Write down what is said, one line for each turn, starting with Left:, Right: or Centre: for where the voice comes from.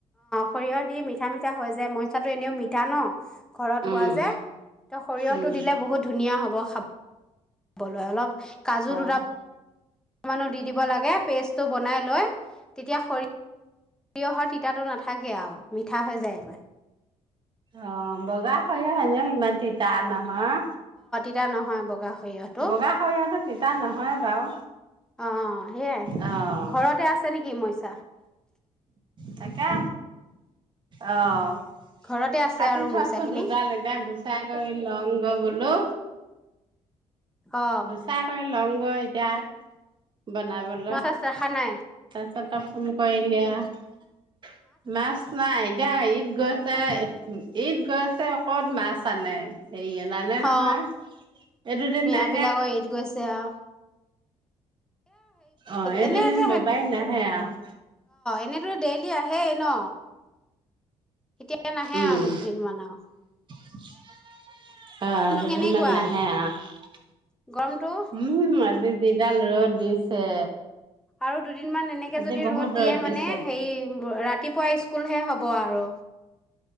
Centre: সৰিয়ঁহ দি মিঠা মিঠা হৈ যে মই <unintelligible> এনেও মিঠা ন'। ঘৰত
Right: উম
Centre: হোৱা যে, ত' সৰিয়ঁহটো
Right: উম
Centre: দিলে বহুত ধুনীয়া হ'ব খাব। <unintelligible> অলপ কাজু দুটা
Right: অ
Centre: অকমানো দি দিব লাগে, পেষ্টটো বনাই লৈ তেতিয়া সৰিয়ঁহৰ তিতাটো নাথাকে আৰু মিঠা হৈ যায় একেবাৰে।
Right: অঁ। বগা সৰিয়ঁহ এনেও ইমান তিতা টা ন হাঁ।
Centre: বা <unintelligible> নহয় বগা। সৰিয়হটো।
Right: বগা সৰিয়ঁহতো তিতা নহয় বাৰু,
Centre: অ সেইয়াই
Right: অ'।
Centre: ঘৰতে আছে <unintelligible>
Right: তাকে, অঁ।
Centre: ঘৰতে আছে
Right: কাটি
Centre: আৰু
Right: থোৱাচোন,
Centre: মইচাখিনি
Right: দুজ <unintelligible> লগা গুচাই কৰি াওঁগ <unintelligible> বোলো।
Centre: অ
Right: গুচাই কৰি লওঁগৈ এতিয়া, বনাবলৈ,
Centre: মাছ চাছ ৰখা
Right: তাৰপাছত,
Centre: নাই
Right: তই ফোন কৰিলি আহ মাছ নাই, এতিয়া ঈদ গৈছে, ঈদ গৈছে, ক'ত মাছ আনে। হেইয়া নানে নহয়,
Centre: অ
Right: এই দুদিন
Centre: মিয়া
Right: নাই।
Centre: বিলাকৰ ঈদ গৈছে আওঁ।
Right: অ এই
Centre: এনে
Right: দুদিন
Centre: যে
Right: বেপাৰি নাহে আৰু।
Centre: এনেদৰে ডেইলি আহে ন। এতিয়া এতিয়া নাহে
Right: উম
Centre: আৰু দুদিনমান আও।
Right: <unintelligible> অ দুদিনমান
Centre: কেনেকুৱা
Right: নাহে আৰু।
Centre: গৰমটো
Right: উম আজি যিডাল ৰ'দ দিছে।
Centre: আৰু দু দিনমান এনেকে
Right: আজি
Centre: যদি
Right: বহুত
Centre: ৰ'দ দিয়ে
Right: দিছে।
Centre: মানে হেৰি, ৰাতিপুৱা স্কুলহে হ'ব আৰু।